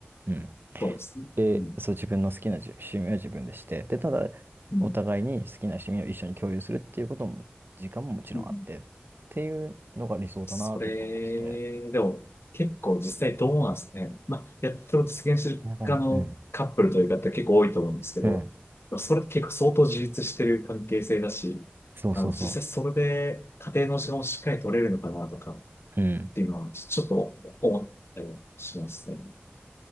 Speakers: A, on the right; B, on the left.
A: うん。
B: そうですね。
A: で、
B: うん、
A: そう、自分の好きなじゅ趣味は自分でして、で、ただ、
B: うん、
A: お互いに好きな趣味を一緒に共有するっていうことも、時間ももちろんあって、
B: うん。
A: っていうのが理想だなって自分は思ってて。
B: それ、でも、結構実際どうなんですかね。まあ、やっと実現してる側のカップルという方結構多いと思うんですけど、
A: なんかね、うん。うん。
B: それって結構相当自立してる関係性だし、
A: そうそうそ
B: あの、実際それで家庭の時間をしっかり取れるのかなとかっ
A: う。うん。
B: ていうのは、ちょっと思ったりはしますね。